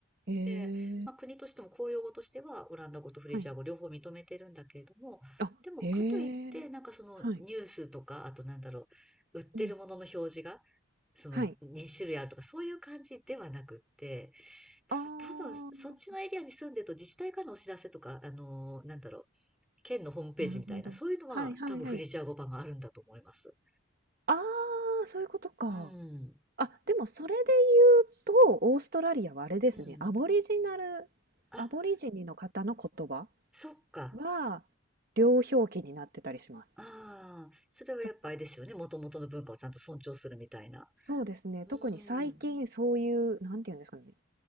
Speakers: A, on the right; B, in the centre.
A: へ
B: で、まあ、
A: え。
B: 国としても公用語としてはオランダ語とフリジア語両方認めてるんだけれども、
A: はい。あ、
B: でもかといって、
A: へえ。
B: なんかそのニュースとか、
A: はい。
B: あとなんだろう、売ってるものの表示が、
A: うん。
B: その2種類あるとか、
A: はい。
B: そういう感じではなくって、ただ多分、
A: ああ。
B: そっちのエリアに住んでると自治体からのお知らせとか、あの、なんだろう、県のホームページみたいな、
A: なるほど。
B: そういうのは多分フリジア語版があるんだと思います。
A: はいはいはい。ああ、そういうことか。
B: うん。
A: あ、でもそれで言うと、オーストラリアはあれですね、
B: うん。
A: アボリジナルアボリジニの方の言葉
B: あ、そっか。
A: は、両表記になってたりします。
B: ああ、それはやっぱあれですよね。
A: とか
B: もともとの文化をちゃんと尊重するみたいな。
A: そうですね、
B: うん。
A: 特に最近そういう、なんていうんですかね、